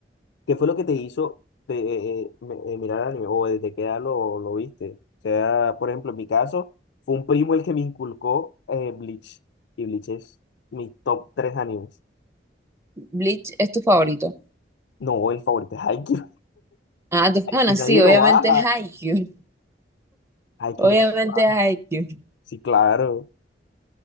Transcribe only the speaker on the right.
Bleach es tu favorito.
Ah, tu- bueno,
sí, obviamente
es Haikyuu.
Obviamente
es IQ.